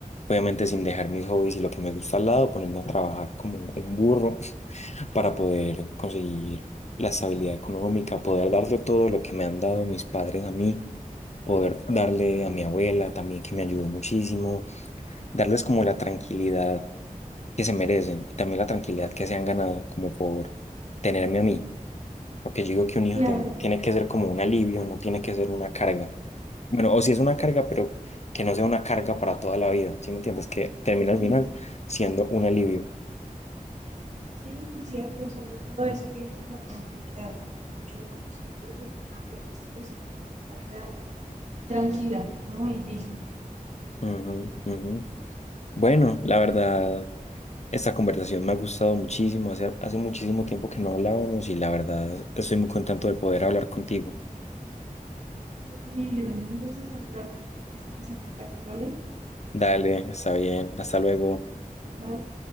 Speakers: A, on the left; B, on the right.
A: obviamente sin dejar mis hobbies y lo que me gusta al lado, ponerme a trabajar como un burro <laughs> para poder conseguir la estabilidad económica, poder darle todo lo que me han dado mis padres a mí, poder darle a mi abuela también, que me ayudó muchísimo, darles como la tranquilidad que se merecen y también la tranquilidad que se han ganado como por tenerme a mí. Porque yo digo que un hijo
B: Claro,
A: ten- tiene que ser como un alivio, no tiene que ser una carga. Bueno, o si es una carga, pero que no sea una carga para toda la vida, ¿sí me entiendes? Que termine al
B: sí,
A: final
B: sí.
A: siendo un alivio.
B: Sí, muy cierto, sobre todo eso que dices la tranquilidad, ¿no? Yo no busco grupos nada porque sigo simplemente una vida tranquila, ¿no? Y digna.
A: Ujú, ujú. Bueno, la verdad, esta conversación me ha gustado muchísimo. Hace, hace muchísimo tiempo que no hablábamos y la verdad estoy muy contento de poder hablar contigo.
B: Yo también, Jerónimo, un gusto saludarte. Estamos en contacto, ¿vale?
A: Dale, está bien, hasta luego.
B: Bye.